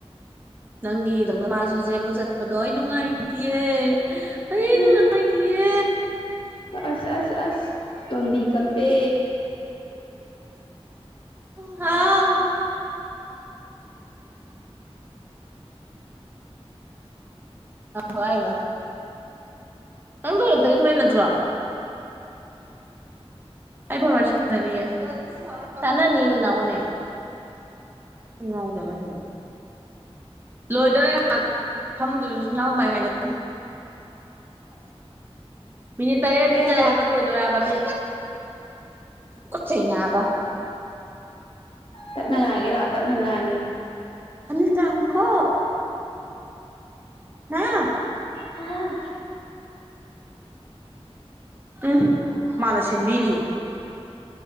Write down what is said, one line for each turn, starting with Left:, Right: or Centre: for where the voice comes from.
Right: ꯅꯪ ꯏꯧꯪꯅ ꯃꯥꯁꯨꯖꯦ ꯏꯔ ꯆꯠꯄꯗꯣ ꯑꯩ ꯅꯨꯡꯉꯥꯏꯇꯌꯦ ꯑꯩ
Left: ꯍꯨꯝ
Right: ꯅꯨꯡꯉꯥꯏꯇꯌꯦ
Left: ꯑꯁ ꯑꯁ ꯑꯁ ꯇꯨꯡꯕꯤ ꯈꯞꯄꯦ
Right: ꯍꯥꯎ ꯑ ꯍꯥꯏꯕ ꯅꯪꯗꯇꯒꯤ ꯊꯣꯛꯂꯛꯏ ꯅꯠꯇ꯭ꯔꯣ ꯑꯩ ꯐꯣꯟ ꯃ ꯁꯥꯟꯖꯔꯤꯌꯦ ꯇꯥꯟꯅꯅꯤꯅ ꯂ ꯋꯥꯣꯅꯦ ꯉꯥꯎꯖꯂ ꯁꯦꯡꯕꯣ ꯂꯣꯏꯗꯔꯦ ꯉꯍꯥꯛ ꯃꯐꯝꯗꯨꯁꯨ ꯎ ꯃꯥꯏ ꯍꯥꯏꯖꯅꯤ ꯍꯤꯗꯥꯛ ꯃꯤꯅꯤꯠ ꯇꯔꯦꯠ
Left: ꯍꯦ
Right: ꯆꯠꯂꯦ
Left: ꯆꯣ
Right: ꯍꯥꯏꯕ ꯂꯣꯏꯗꯣꯔꯦ ꯍꯥꯏꯕ ꯃꯤ ꯈꯨꯠ ꯆꯩ ꯅꯥꯕ
Left: ꯇꯠꯅ ꯉꯥꯏꯒꯦ ꯂꯥꯛꯑꯣ ꯇꯠꯅ ꯉꯥꯏꯥꯡꯒꯦ
Right: ꯑꯃꯤ ꯅꯥ ꯀꯣ ꯍꯥ
Left: ꯍꯥ
Right: ꯎꯝ
Left: ꯍꯅ
Right: ꯃꯥꯅ
Left: ꯁꯤ
Right: ꯁꯤꯟꯕꯤꯔꯤ